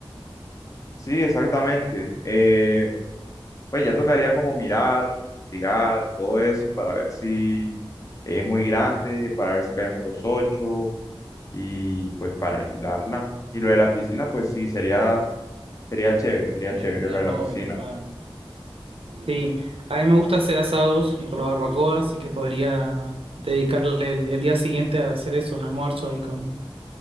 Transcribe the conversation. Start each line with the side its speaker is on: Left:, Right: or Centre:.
Left: Sí, exactamente. Eh, Pues ya tocaría como mirar, investigar y todo eso para ver si es muy grande, para ver si caemos los ocho y pues para alquilarla. Y lo de la piscina, pues sí, sería, sería chévere, sería
Right: está
Left: chévere lo de la piscina.
Right: Sí, a mí me gusta hacer asados con la barbacoa, así que podría dedicarle el, el día siguiente a hacer eso, un almuerzo ahí con,